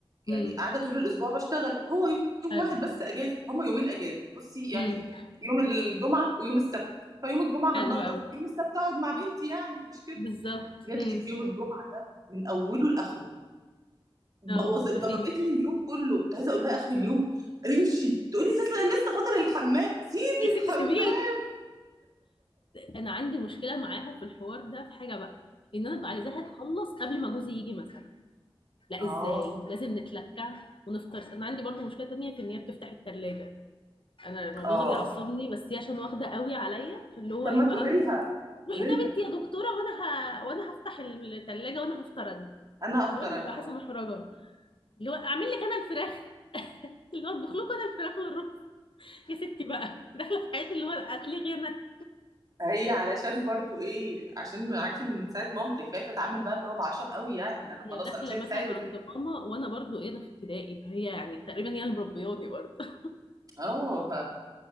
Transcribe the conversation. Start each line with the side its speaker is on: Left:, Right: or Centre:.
Right: يعني
Left: امم
Right: قاعده طول الاسبوع بشتغل هو يوم
Left: حلو
Right: واحد بس اجازه هما يومين اجازه بصي يعني
Left: امم
Right: يوم الجمعه ويوم السبت فيوم الجمعه
Left: حلو
Right: هننضف
Left: قوي
Right: يوم السبت اقعد مع بنتي يعني مش كده
Left: بالظبط
Right: جات
Left: امم
Right: لك يوم الجمعه ده من اوله لاخره بوظت
Left: اه مفيش
Right: ضربت لي اليوم كله كنت عايزه اقول لها اخر اليوم امشي تقولي لسه لسه فاضل الحمام سيبي
Left: يا ست
Right: الحمام
Left: سيبيه انا عندي مشكله معاها في الحوار ده في حاجه بقى ان انا ببقى عايزاها تخلص قبل ما جوزي يجي مثلا لا
Right: اه
Left: ازاي لازم نتلكع ونفطر انا عندي برضو مشكله تانية في ان هي بتفتح التلاجة انا الموضوع
Right: اه
Left: ده بيعصبني بس هي عشان واخده قوي عليا فاللي هو
Right: طب
Left: ايه
Right: ما
Left: بقى
Right: تقولي لها
Left: روحي
Right: قولي
Left: ده
Right: لها
Left: بنتي يا دكتوره وانا ه... وانا هفتح التلاجة وانا هفطر انا
Right: انا افطر
Left: اللي هو
Right: انا
Left: ببقى حاسه
Right: اه
Left: محرجه اللي هو اعمل لك انا الفراخ <laughs> اللي هو اطبخ لكم انا الفراخ والرز يا ستي بقى داخله في حياتي اللي هو هتلاقي انا
Right: هي علشان برضو ايه عشان معاكي من ساعه مامتك فهي بتتعامل بقى اللي هو بعشم قوي يعني ده انا
Left: هي
Right: خلاص
Left: داخله
Right: انا مش عايزه
Left: مثلا
Right: اتعبك
Left: عند ماما وانا برضو ايه ده في ابتدائي فهي يعني تقريبا هي اللي مربياني برضو <laughs>
Right: اه ف...